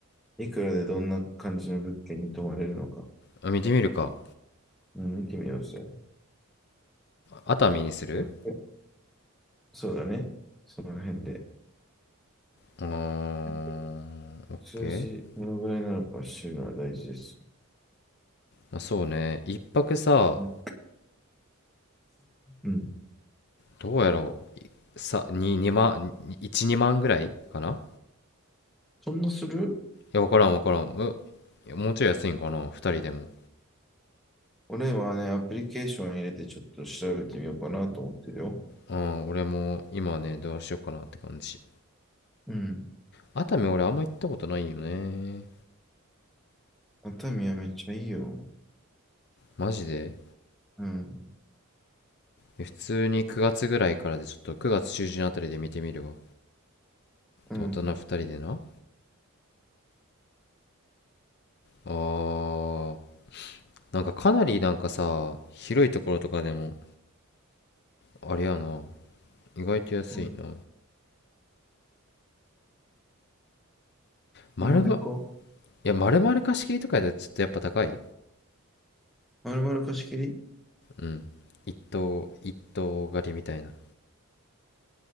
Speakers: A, in the centre; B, on the left.
A: いくらでどんな感じの物件に泊まれるのか。
B: あ見てみるか。
A: うん、見てみようぜ。
B: 熱海にする
A: やっぱりそうだね。その辺で。
B: あー、
A: やっぱ
B: オッケー。
A: 数字、どのぐらいなのか知るのは大事です。
B: まあ、そうね、一泊さ、
A: うんうん。
B: どうやろさ、2、2万、1、2万ぐらいかない
A: そんなする
B: や、わからんわからん。え、もうちょい安いんかな ?2 人でも。
A: 俺はね、アプリケーション入れてちょっと調べてみようかなと思ってるよ。
B: うん、俺も今ね、どうしようかなって感じ。
A: うん。
B: 熱海俺あんま行ったことないよね。
A: 熱海はめっちゃいいよ。
B: マジで
A: うん。
B: え普通に9月ぐらいからでちょっと9月中旬あたりで見てみるわ。
A: うん。
B: 大人2人でな。あー、なんかかなりなんかさ、広いところとかでも、あれやな。意外と安いな。
A: うん。
B: 丸ま、
A: ほんまでっか
B: いや、丸々貸し切りとかやったらちょっとやっぱ高い
A: 丸々貸し切り
B: うん一頭一頭狩りみたいな